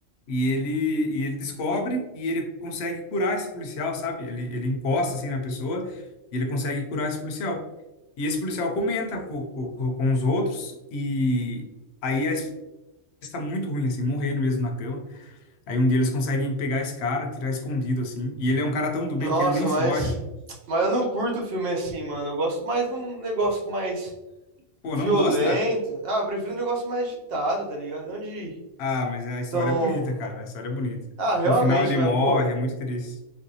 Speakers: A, on the left (about 65°); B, on the right (about 55°).
A: E ele, e ele descobre e ele consegue curar esse policial, sabe? Ele, ele encosta, assim, na pessoa e ele consegue curar esse policial. E esse policial comenta com, com, com com os outros e aí a esposa está muito ruim, assim, morrendo mesmo na cama. Aí um dia eles conseguem pegar esse cara, tirar escondido assim. E ele é um cara tão do
B: Nossa,
A: bem que ele nem
B: mas.
A: foge.
B: Mas eu não curto filme assim, mano. Eu gosto mais de um negócio mais
A: Pô,
B: Violento.
A: não gosta?
B: Ah, eu prefiro um negócio mais agitado, tá ligado? Não de
A: Ah, mas a história
B: tão.
A: é bonita, cara. A história é bonita.
B: Ah, realmente,
A: No final ele
B: mas,
A: morre,
B: pô,
A: é muito triste.